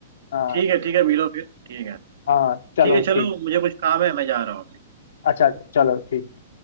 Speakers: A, on the left (about 60°); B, on the right (about 55°).
A: हाँ
B: ठीक है ठीक है मिलो फिर ठीक है
A: हाँ चलो
B: ठीक है चलो
A: ठीक
B: मुझे कुछ काम है मैं जा रहा हूँ
A: अच्छा चलो ठीक